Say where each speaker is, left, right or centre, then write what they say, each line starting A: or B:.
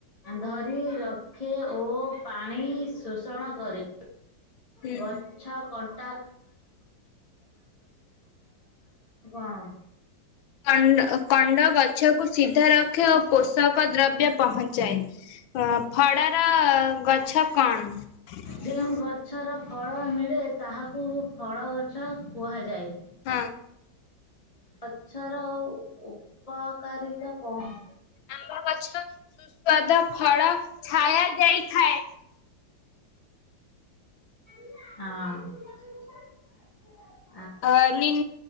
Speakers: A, on the left; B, on the left.
A: ଧରି ରଖେ ଓ ପାଣି ଶୋଷଣ କରେ।
B: ହୁଁ।
A: ଗଛ କ <inaudible>
B: କଣ୍ଡ କଣ୍ଡ ଗଛକୁ ସିଧା ରଖେ ଓ ପୋଷକ ଦ୍ରବ୍ୟ ପହଞ୍ଚାଏ ଅ ଫଳର ଗଛ କଣ
A: ଯେଉଁ ଗଛର ଫଳ ମିଳେ ତାହାକୁ ଫଳ ଗଛ କୁହାଯାଏ।
B: ହଁ
A: ପଛର ଆଉ ଉପକାରିତା କଣ?
B: ଆମ୍ବ ଗଛ ସୁସ୍ୱାଦ ଫଳ ଛାୟା ଦେଇଥାଏ।
A: ହଁ।
B: ଅ ନିମ୍